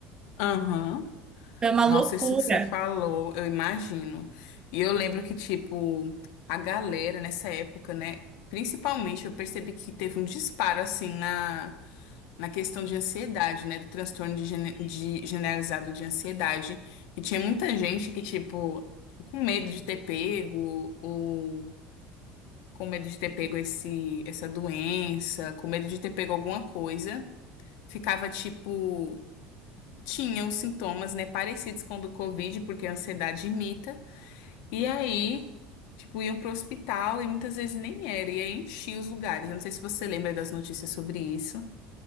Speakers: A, on the left; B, on the right.
A: Aham.
B: Foi uma
A: Nossa,
B: loucura.
A: isso que você falou, eu imagino. E eu lembro que, tipo, a galera nessa época, né? Principalmente, eu percebi que teve um disparo, assim, na na questão de ansiedade, né? Do transtorno de, gene- de generalizado de ansiedade, que tinha muita gente que, tipo, com medo de ter pego, ou com medo de ter pego esse, essa doença, com medo de ter pego alguma coisa, ficava, tipo, tinha os sintomas, né, parecidos com o do Covid, porque a ansiedade imita, e aí. Tipo, iam pro hospital e muitas vezes nem era, e aí enchia os lugares. Eu não sei se você lembra das notícias sobre isso.